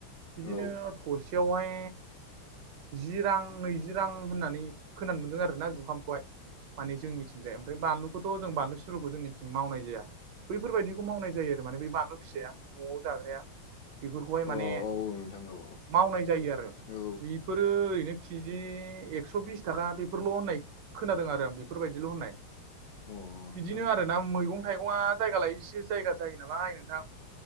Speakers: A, on the right; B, on the left.
A: बिदिनो
B: औ
A: थसेयावहाय जि रां नैजि रां होननानै खोनानो मोनदों आरोना जुखामखौहाय माने जोंनिथिंजाय। ओमफ्राय बानलुखौथ' जों बानलुु सिब्रखौ जोंनिथिं मावनाय जाया। बैफोरबायादिखौ मावनाय जायो आरो माने बे बानलु फिसाया न'आव जाग्राया। बेफोरखौहाय
B: अ औ
A: माने
B: औ नोंथां औ
A: मावनाय जायो आरो।
B: औ
A: बेफोरो ओरैनो केजि एक्स' बिस थाखा बेफोरल' होननाय खोनादों आरो आं बेफोरबायदिल' होननाय।
B: औ अ
A: बिदिनो
B: नोंथां
A: आरोना मैगं थाइगंया जायगा लायैसो जायगा जायो नालाय नोंथां।